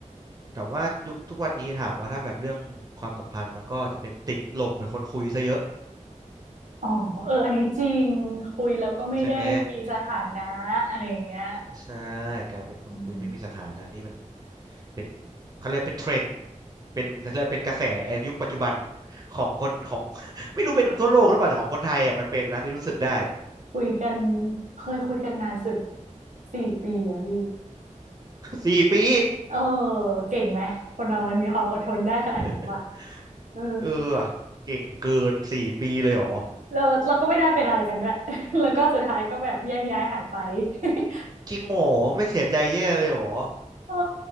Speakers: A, on the right; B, on the right.
A: แต่ว่ายุคทุกวันนี้ถามว่าถ้าแบบเรื่องความสัมพันธ์มันก็จะเป็นติดหล่มเป็นคนคุยซะเยอะ
B: อ๋อเอออันนี้จริงคุยแล้วก็ไม่ได้มีสถานะอะไรอย่างเงี้ย
A: ใช่ไหม ใช่การเป็นคนคุยไม่มีสถานะนี่มัน
B: อืม
A: เป็นเขาเรียกเป็นเทรนด์เป็นเขาเรียกเป็นกระแสยุคปัจจุบันของคนของ <laughs> ไม่รู้เป็นทั่วโลกหรือเปล่าแต่ของคนไทยอ่ะมันเป็นนะพี่รู้สึกได้
B: คุยกันเคยคุยกันนานสุดสี่ปีอะพี่
A: สี่ปี
B: เออเก่งไหมคนเรามันมีความอดทนได้ขนาดนี้ว่ะ
A: <laughs>
B: เออ
A: เออว่ะเก่งเกินสี่ปีเลยเหรอ
B: เราเราก็ไม่ได้เป็นอะไรกันด้วย <laughs> แล้วก็สุดท้ายก็แบบแยกย้ายหายไป <laughs>
A: จริงเหรอไม่เสียใจแย่เลยเหรอ
B: เออ